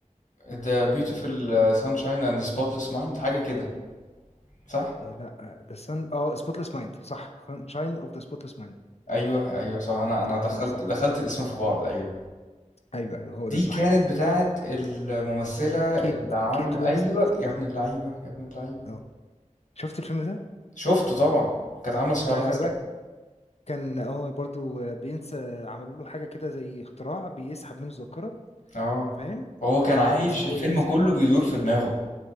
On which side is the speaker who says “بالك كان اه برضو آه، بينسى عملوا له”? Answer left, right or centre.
Left